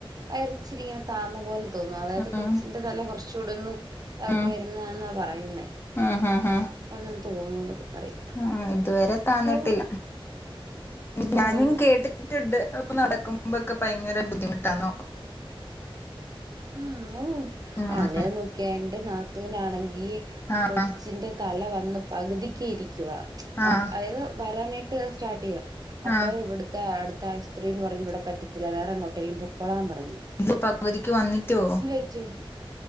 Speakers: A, on the right (about 40°); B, on the left (about 25°).
A: വയറിച്ചിരി ഇങ്ങനെ താന്നപോലെ തോന്നും അതായത്
B: ഉം
A: കൊച്ചിന്റെ തല കുറച്ചൂടൊന്ന് താഴോട്ട്
B: ഉം
A: വരുന്നേന്നാ പറയുന്നേ.
B: ഉം ഉം ഉം
A: അപ്പം അങ്ങനെ തോന്നുന്നു ന്നൊക്കെ പറയും.
B: ആഹ് ഇതുവരെ താന്നിട്ടില്ല.
A: ഓ
B: ഞാനും
A: ഉം
B: കേട്ടി ട്ടിണ്ട് അപ്പൊ നടക്കുമ്പക്ക ഭയങ്കര ബുദ്ധിമുട്ടാന്നോ.
A: ഉം ഉം ഔഹ്.
B: ഉം
A: ഔഹ് അങ്ങനെ നോക്കി എന്റെ നാത്തൂനാണെങ്കി
B: ആഹ്
A: കൊച്ചിന്റെ തല വന്ന് പകുതിക്ക് ഇരിക്കുവാ.
B: ആഹ്
A: അഹ് അതായത് വരാനായിട്ട് സ്റ്റാർട്ട് ചെയ്യുവ അപ്പൊ
B: ആഹ്
A: ഇവിടുത്തെ അടുത്താശു പത്രീന്ന് പറഞ്ഞ് ഇവടെ പറ്റത്തില്ല വേറെങ്ങോട്ടേലും പൊക്കോളാൻ പറഞ്ഞു.
B: <unintelligible> പകുതിക്ക് വന്നിട്ടോ
A: <unintelligible>